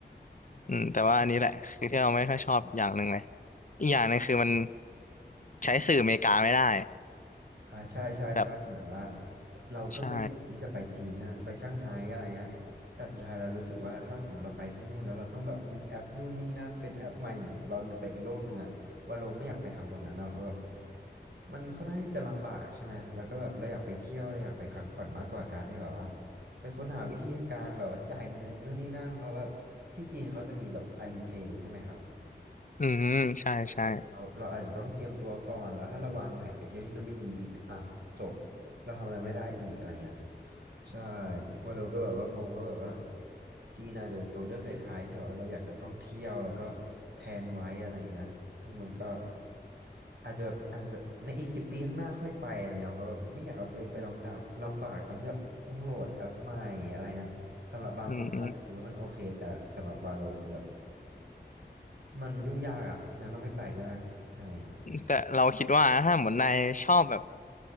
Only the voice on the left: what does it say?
อืมแต่ว่าอันนี้แหละคือที่เราไม่ค่อยชอบอย่างหนึ่งเลยอีกอย่างหนึ่งคือมันใช้สื่ออเมริกาไม่ได้
แบบ
ใช่
อืมใช่ใช่
อืมอืม
แต่เราคิดว่าถ้าเหมือนนายชอบแบบ